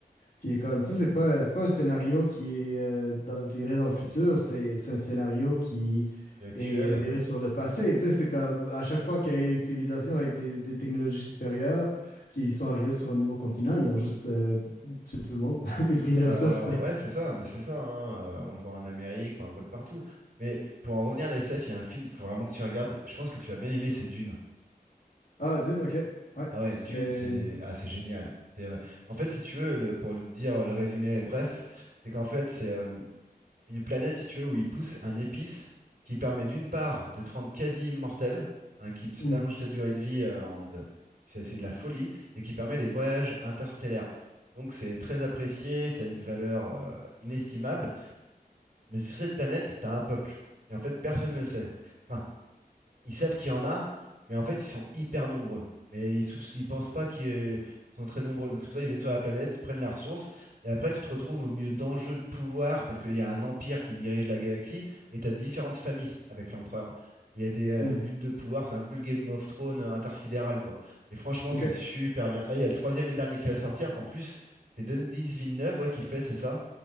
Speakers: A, on the left (about 80°); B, on the right (about 80°).
A: Puis il est comme ça, c'est pas, c'est pas un scénario qui est euh, dans- viré dans le futur, c'est c'est un scénario qui
B: c'est actuel.
A: est viré sur le passé. Tu sais, c'est comme à chaque fois qu'il y a une civilisation avec des, des technologies supérieures qui sont arrivées sur un nouveau continent, ils ont juste euh, tué tout le monde <laughs> et pris les
B: Bah
A: ressources. tu sais.
B: ouais, c'est ça, mais c'est ça, hein, euh, on le voit en Amérique, enfin on le voit de partout. Mais pour en revenir à la SF, il y a un film, faut vraiment que tu regardes, je pense que tu vas bien aimer, c'est Dune.
A: Ah, Dune, ok. Ouais,
B: Ah ouais,
A: c'est.
B: Dune, c'est ah, c'est génial. C'est, euh, En fait, si tu veux, le- pour le dire, le résumé est bref, c'est qu'en fait, c'est euh, une planète, si tu veux, où ils poussent un épice qui permet d'une part de te rendre quasi immortel, hein, qui te-
A: Hmm,
B: t'allonge ta durée de vie, euh, en... de- c'est c'est de la folie, et qui permet les voyages interstellaires. Donc c'est très apprécié, ça a une valeur euh, inestimable, mais sur cette planète, t'as un peuple. Et en fait, personne ne le sait. Enfin, ils savent qu'il y en a, mais en fait, ils sont hyper nombreux. Mais ils, soupç- ils pensent pas qu'ils euh, ils sont très nombreux. Donc c'est pour ça qu'ils viennent sur la planète, ils prennent la ressource, et après, tu te retrouves au milieu d'enjeux de pouvoir, parce qu'il y a un empire qui dirige la galaxie, et tu as différentes familles avec l'empereur. Il y a des euh,
A: hmm,
B: luttes de pouvoir, c'est un peu le Game of Thrones euh, intersidéral, quoi. Et franchement,
A: ok.
B: c'est super bien. Là, il y a le troisième et dernier qui va sortir. En plus, c'est Denis Villeneuve, ouais, qui le fait, c'est ça?